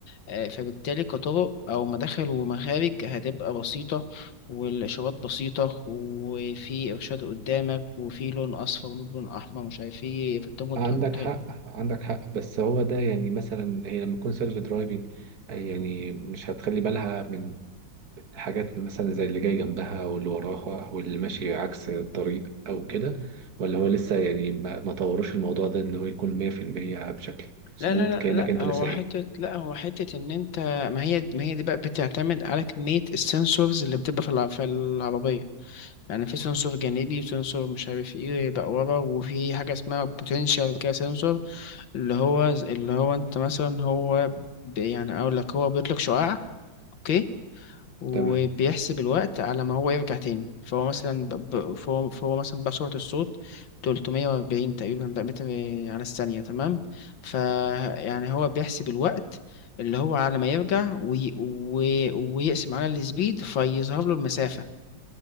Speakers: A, on the left; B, on the right.
A: آه، فبالتالي كطرق أو مداخل ومخارج هتبقى بسيطة والإشارات بسيطة وفي إرشاد قدامك وفي لون أصفر ولون أحمر مش عارف إيه فأنت ممكن
B: عندك
A: تحط
B: حق عندك حق بس هو ده يعني مثلا هي لما تكون سيلف درايفنج يعني مش هتخلي بالها من حاجات مثلا زي اللي جاي جنبها واللي وراها واللي ماشي عكس الطريق أو كده ولا هو لسه يعني ما ما طورش الموضوع ده إن هو يكون 100% بشكل مظبوط
A: لا لا
B: كأنك
A: لا لا
B: أنت اللي
A: هو
B: سايق
A: حتة لا هو حتة إن أنت ما هي ما هي دي بقى بتعتمد على كمية السنسورز اللي بتبقى في الع- في العربية يعني في سنسور جانبي وسنسور مش عارف ايه بقى ورا وفي حاجة اسمها بوتنشال كده سنسور اللي هو اللي هو انت مثلا هو ب- يعني اقول لك هو بيطلق شعاع اوكي وبيحسب
B: تمام
A: الوقت على ما هو يرجع تاني فهو مثلا ب... ب- فهو... فهو مثلا بقى سرعة الصوت 340 تقريبا بقى متر على الثانية تمام فيعني هو بيحسب الوقت اللي هو على ما يرجع وي... وي... ويقسم على السبيد فيظهر له المسافة